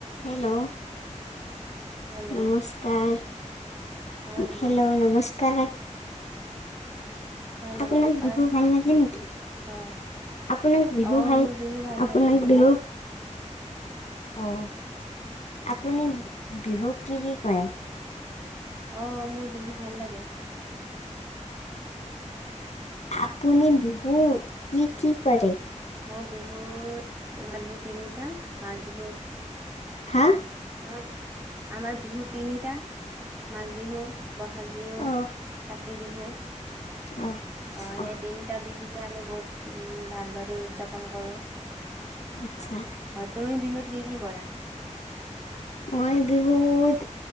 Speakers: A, on the left; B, on the right.
A: Hello
B: hello
A: নমস্কাৰ।
B: হয় নমস্কাৰ
A: hello নমস্কাৰ।
B: হয়
A: আপোনোনাক
B: নমস্কাৰ
A: বিহু ভাল লাগে নেকি!
B: অ
A: আপোনাক বিহু
B: অ
A: ভাল
B: মোৰ বিহু ভাল
A: আপোনাক
B: লাগে
A: বিহু অহ। আপুনি বিহুক কি কি কৰে?
B: অ মোৰ বিহু ভাল লাগে।
A: আপুনি বিহুত কি কি কৰে।
B: মই বিহুৰ বিহু তিনিটা মাঘ বিহু।
A: হা।
B: আমাৰ আমাৰ বিহু তিনিটা মাঘ বিহু, বহাগ বিহু,
A: অ'
B: কাতি। কাতি বিহু।
A: অ'
B: অহ সেই
A: অ'
B: তিনিটা বিহুতে আমি বহুত উ ভালদৰে উদযাপন কৰো।
A: আচ্ছা
B: তুমি বিহুত কি কি কৰা।
A: মই বিহুত